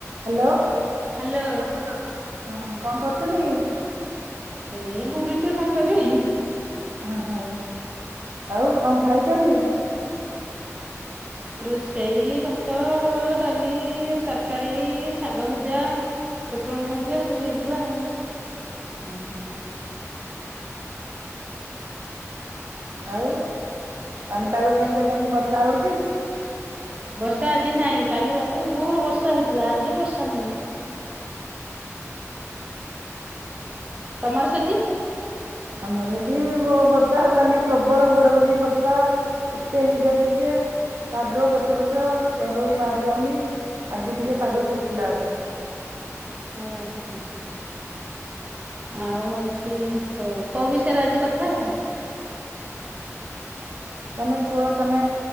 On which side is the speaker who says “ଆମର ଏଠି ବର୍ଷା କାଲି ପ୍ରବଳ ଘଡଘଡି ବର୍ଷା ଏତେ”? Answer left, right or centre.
Right